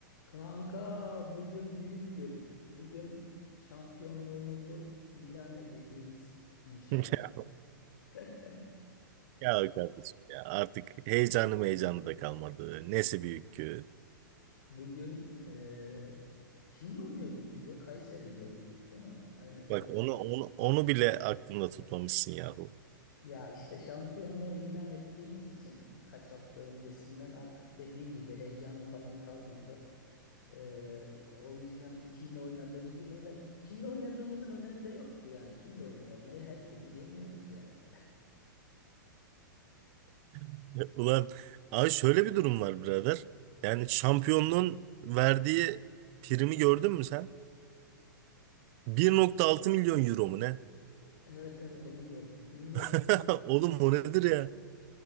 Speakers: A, on the left; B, on the right.
A: Kanka bugün büyük gün. Bugün şampiyonluğumuzu ilan edeceğiz inşallah.
B: Ya,
A: <laughs>
B: ya kardeşim ya artık heyecanı heyecanı da kalmadı. Nesi büyük ki?
A: Bugün eee, kimle oynuyorduk biz ya? Kayseri ile oynuyorduk değil mi? Aynen
B: Bak
A: Kayseri.
B: onu onu onu bile aklında tutmamışsın yahu.
A: Ya işte şampiyonluğu ilan ettiğimiz için kaç hafta öncesinden artık dediğin gibi heyecanı falan kalmadı. Eee, o yüzden kimle oynadığımızın öne kimle oynadığımızın önemi de yok ki yani kimle oynayalım. Herkesi yeniyoruz yani.
B: <laughs> Ulan abi şöyle bir durum var birader. Yani şampiyonluğun verdiği primi gördün mü sen? 1.6 milyon euro mu ne?
A: Evet evet onu gördüm. Bir nokta
B: <laughs> Oğlum o nedir ya?